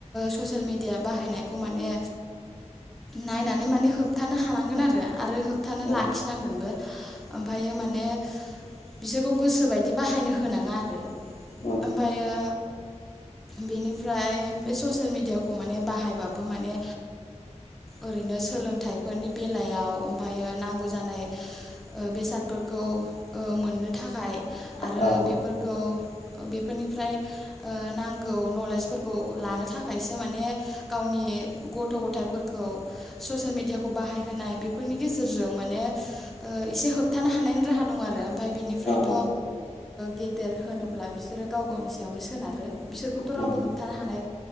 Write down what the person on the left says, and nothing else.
औ
औ
औ
औ
औ